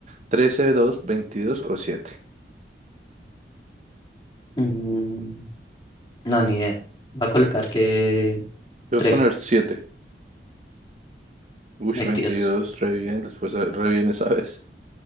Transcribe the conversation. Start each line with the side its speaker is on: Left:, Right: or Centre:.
Right: ¿13, 2, 22 o 7?
Left: Mm, no, ni idea. Va a colocar que
Right: Voy
Left: 13,
Right: a poner 7. Uy,
Left: veintidós,
Right: 22, re bien. Después eh, re bien esa vez